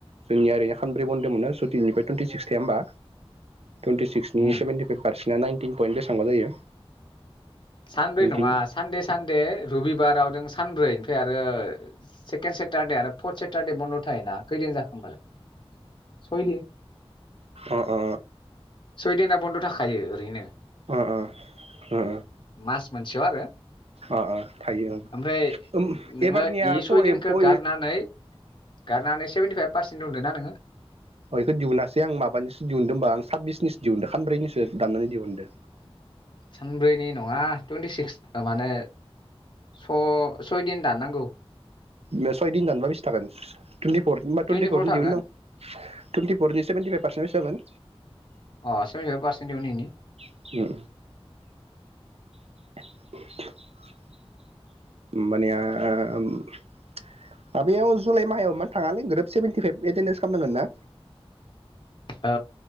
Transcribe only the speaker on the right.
जोंनिया ओरैनो खानब्रै बन्द मोनो सुटिनिफ्राय टुइन्टिसिक्स गैया होमबा टुइन्टिसिक्सनि
सेभेन्टिभाइफ पारसेन बिना नाइनटिन पइन्ट बेसेबांबा जायो
नाइनटिन
अ अ
अ अ ओ ओ
अ अ थायो
ओं
एबारनियाथ'
एम्फौ
इखौ दिहुनासै आं माबानिसो दिहुनदों होमबा आं साब्बिसनिसो दिहुनदो खानब्रैनिसो दाननानै दिहुनदो
बे सयदिन दानबा बेसे थागोन टुइनटिपर होनबा टुइन्टिपरनि
दिहुननां <unintelligible> टुइन्टिफरनि सेभेन्टिफाइब पारसेना बेसे जागोन
जागोन <unintelligible> होमबानिया ओम माबायाव जुलाइ माहायाव एमान थाङालै ग्रोब सेभेेनटिफाइभ एटेडेन्स खालामनांगोन ना